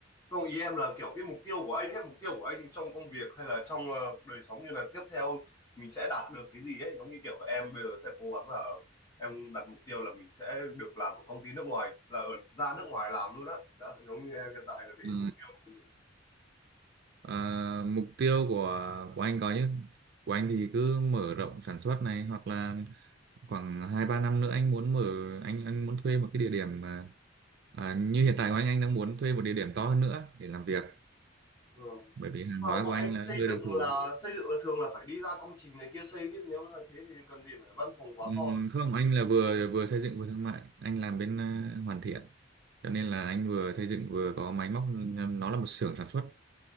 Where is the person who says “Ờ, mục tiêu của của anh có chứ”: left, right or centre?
Right